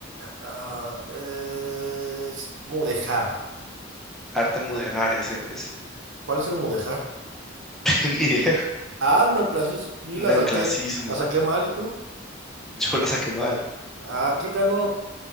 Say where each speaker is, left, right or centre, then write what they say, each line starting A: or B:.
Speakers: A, on the right (about 65°); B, in the centre.
A: Ah, es Mudejar.
B: Arte mudéjar, ese es.
A: ¿Cuál es el Mudejar?
B: <laughs> Ni idea.
A: Ah, Neoclasis, yo la
B: Neoclasismo.
A: saqué, la saqué mal, ¿y tú?
B: Yo la saqué mal.
A: Ah, ¿quién ganó?